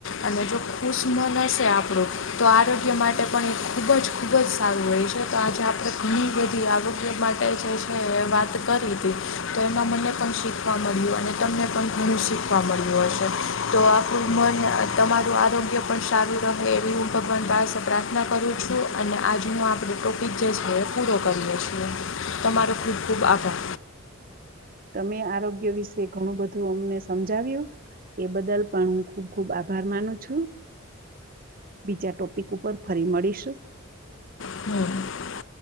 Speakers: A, on the left; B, on the right.
A: અને જો ખુશમન હશે આપણું તો આરોગ્ય માટે પણ એ ખૂબ જ ખૂબ જ સારું હોય છે. તો આજે આપણે ઘણી બધી આરોગ્ય માટે જે છે એ વાત કરી તી તો એમાં મને પણ શીખવા મળ્યું, અને તમને પણ ઘણું શીખવા મળ્યું હશે. તો આપણું મન આ તમારું આરોગ્ય પણ સારું રહે એવી હું ભગવાન પાસે પ્રાર્થના કરું છું અને આજ હું આપણે ટોપિક જે છે એ પૂરો કરીએ છીએ. તમારો ખૂબ ખૂબ આભાર.
B: તમે આરોગ્ય વિશે ઘણું બધું અમને સમજાવ્યું. એ બદલ પણ હું ખુબ ખુબ આભાર માનું છું. બીજા ટોપિક ઉપર ફરી મળીશું.
A: હમ